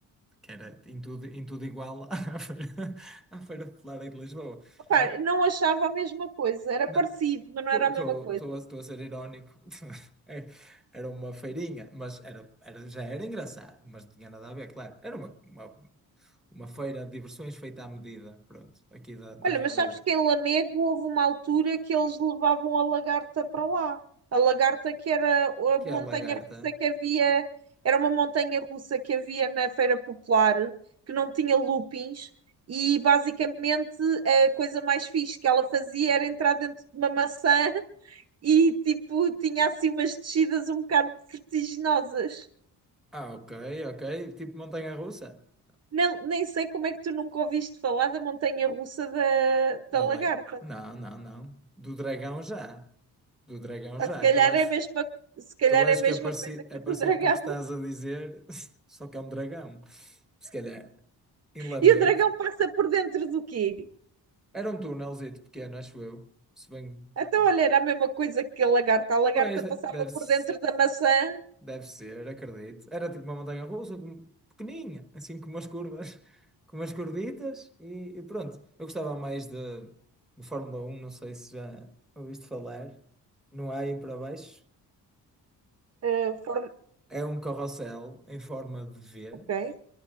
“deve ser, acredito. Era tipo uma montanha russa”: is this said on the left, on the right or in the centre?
Centre